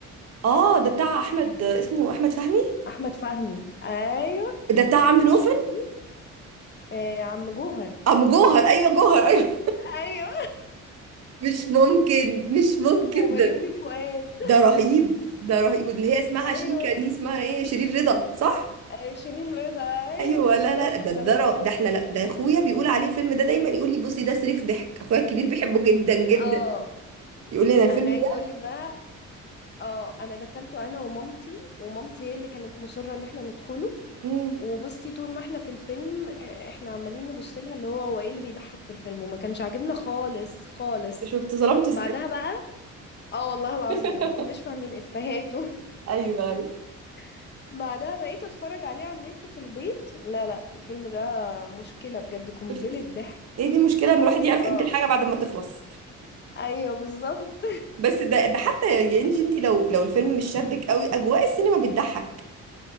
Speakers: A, on the right; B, on the left.
A: اه ده بتاع احمد اسمه احمد فهمي
B: احمد فهمي ايوه
A: ده بتاع عم نوفل
B: شفتيه آه عم جوهر
A: عم جوهر ايوه جوهر ايوه
B: ايوه
A: <laughs> مش ممكن مش ممكن
B: وبيومي
A: ده
B: فؤاد
A: ده رهيب ده رهيب واللي هي اسمها
B: ايوه
A: شيكا دي اسمها ايه شيرين رضا صح
B: آه، شيرين رضا ايوه
A: ايوه
B: بالظبط
A: لا لا ده ده
B: لما
A: ر-
B: كانت
A: ده احنا لا ده اخويا بيقول عليه الفيلم ده دايما يقول لي بصي ده صريخ ضحك اخويا الكبير بيحبه جدا جدا
B: اه
A: يقول لي انا الفيلم
B: انا عايزه
A: ده
B: اقول لك بقى اه انا دخلته انا ومامتي ومامتي هي اللي كانت مصره ان احنا ندخله
A: امم
B: وبصي طول ما احنا في الفيلم آه، احنا عمالين نبص لها اللي هو هو ايه اللي بيضحك في الفيلم وما كانش عاجبنا خالص خالص
A: شفت ظلمت الست
B: بعدها بقى اه والله العظيم
A: <laughs>
B: ما كناش فاهمين افهاته
A: ايوه ايوه
B: <laughs> بعدها بقيت اتفرج عليه على النت في البيت لا لا الفيلم ده مشكله بجد قنبله
A: شفتي
B: ضحك
A: هي دي المشكله ان الواحد يعرف
B: اه
A: قيمه الحاجه بعد ما تخلص
B: ايوه بالظبط
A: بس ده ده حتى يا انجي انت لو لو الفيلم مش
B: <coughs>
A: شدك قوي اجواء
B: <clears throat>
A: السينما بتضحك